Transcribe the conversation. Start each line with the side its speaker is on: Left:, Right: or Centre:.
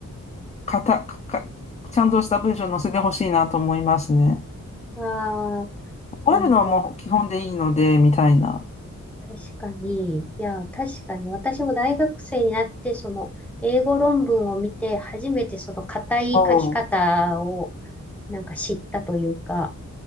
Left: かた、か、かちゃんとした文章載せてほしいなと思いますね。
Centre: ああ、
Left: 覚えるのはもう基本でいいので、
Centre: なんか
Left: みたいな。
Centre: 確かに、いや、確かに私も大学生になって、その英語論文を見て、初めてその硬い書き方を
Left: おう。
Centre: なんか知ったというか、